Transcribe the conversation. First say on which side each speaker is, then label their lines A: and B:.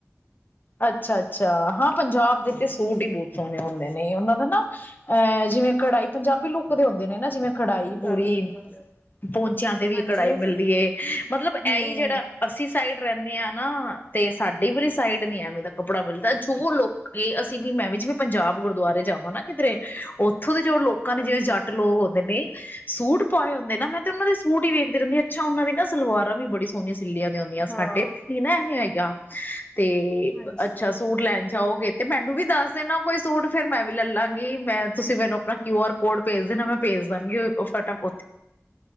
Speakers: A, on the left; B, on the left.
A: ਅੱਛਾ-ਅੱਛਾ, ਹਾਂ''ਪੰਜਾਬ ਤੇ, ਸੂਟ
B: ਹਾਂਜੀ
A: ਹੀ ਬਹੁਤ ਸੋਹਣੇ ਹੁੰਦੇ ਨੇ। ਨਹੀਂ ਉਹਨਾਂ ਦਾ ਨਾ, ਐਂ ਜਿਵੇਂ ਕੜਾਈ ਪੰਜਾਬੀ ਲੁੱਕ ਦੇ ਹੁੰਦੇ ਨੇ, ਨਾ ਜਿਵੇਂ ਘੜਾਈ
B: ਪੰਜਾਬੀ
A: ਪੂਰੀ
B: ਲਿਖਦੇ ਹੁੰਦੇ
A: ਪਹੁੰਚਿਆਂ ਤੇ ਵੀ,
B: ਹਾਂਜੀ
A: ਘੜਾਈ
B: ਉਹ
A: ਮਿਲਦੀ
B: ਫਿਰ
A: ਹੈ, ਮਤਲਬ। ਇਹਹੀ
B: ਹੂੰ
A: ਜਿਹੜਾ ਅਸੀਂ ਸਾਈਡ ਰਹਿੰਨੇ ਆਂ ਨਾ ਤੇ, ਸਾਡੀ ਵਰੀ ਸਾਈਡ ਨੀ ਹੈ ਦਾ ਕੱਪੜਾ ਮਿਲਦਾ ਜੋ ਲੋਕ ਅਸੀਂ ਵੀ, ਮੈਂ ਵੀ, ਜਿਵੇਂ 'ਪੰਜਾਬ ਗੁਰਦੁਆਰੇ ਜਾਵਾਂ ਨਾ ਕਿਧਰੇ ਉਥੇ ਇੱਥੋਂ ਦੇ, ਜੋ ਲੋਕਾਂ
B: ਹਾਂਜੀ
A: ਨੇ ਜਿਵੇਂ 'ਜੱਟ ਲੋਕ ਹੋਂਦੇ ਨੇ ਸੂਟ ਪਾਏ ਹੁੰਦੇ ਨਾ ਮੈਂ ਤੇ ਉਹਨਾਂ ਦੇ ਸੂਟ ਹੀ ਵੇਖਦੀ ਰਹਿੰਦੀ ਅੱਛਾ ਉਹਨਾਂ ਦੀ ਨਾ ਸਲਵਾਰਾਂ ਵੀ ਬੜੀ ਸੋਹਣੀ ਚਿੱਲੀਆਂ ਦੇ ਆਉਂਦੀਆਂ
B: ਹਾਂ
A: ਸਾਡੇ ਇੱਥੇ ਨੀ ਨਾ ਐਵੇਂ ਹੈਗਾ ਤੇ
B: ਹਾਂਜੀ
A: ਅੱਛਾ ਸੂਟ ਲੈਣ ਜਾਓਗੇ ਤੇ ਮੈਨੂੰ ਵੀ ਦੱਸ ਦੇਣਾ ਕੋਈ ਸੂਟ ਫੇਿਰ ਮੈਂ ਵੀ ਲੈ ਲਾਂਗੀ ਮੈਂ ਤੁਸੀਂ ਮੈਨੂੰ ਆਪਣਾ ਕਿਊ ਆਰ ਕੋਡ ਭੇਜ ਦੇਣਾ ਮੈਂ ਭੇਜ ਦਾਂਗੀ ਫਟਾਫ